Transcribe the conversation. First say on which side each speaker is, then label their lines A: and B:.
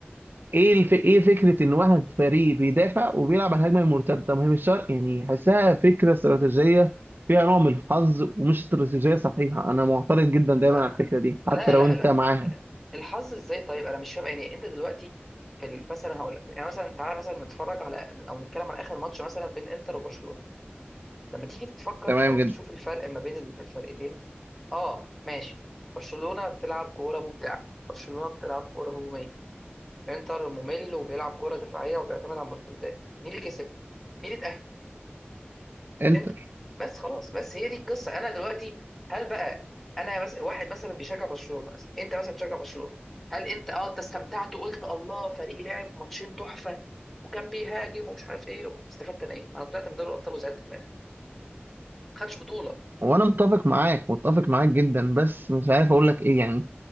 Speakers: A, on the right; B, in the centre.
A: ايه الف... ايه فكره ان واحد فريق بيدافع وبيلعب على الهجمه المرتده ما هي مش شرط يعني حاسها فكره استراتيجيه فيها نوع من الحظ ومش استراتيجيه صحيحه انا معترض جدا دايما
B: لا
A: على الفكره دي
B: لا
A: حتى لو
B: لا
A: انت
B: لا
A: معاها
B: الحظ ازاي طيب انا مش فاهم يعني انت دلوقتي في ال- مثلا هقول لك يعني مثلا تعالى مثلا نتفرج على او نتكلم على اخر ماتش مثلا بين انتر وبرشلونه لما تيجي تتفكر
A: تمام
B: او
A: جدا
B: تشوف الفرق ما بين الفرقتين اه ماشي برشلونة بتلعب كورة ممتعة برشلونة بتلعب كورة هجومية انتر ممل وبيلعب كورة دفاعية وبيعتمد على المرتدات مين اللي كسب مين اللي اتأهل
A: انتر
B: انتر بس خلاص بس هي دي القصة انا دلوقتي هل بقى انا مثلا واحد مثلا بيشجع برشلونة مثلا انت مثلا بتشجع برشلونة هل انت اه انت استمتعت وقلت الله فريقي لعب ماتشين تحفة وكان بيهاجم ومش عارف ايه استفدت انا ايه؟ انا طلعت من دوري الابطال وزعلت في الاخر ما خدتش بطولة
A: وانا متفق معاك متفق معاك جدا بس مش عارف اقول لك ايه يعني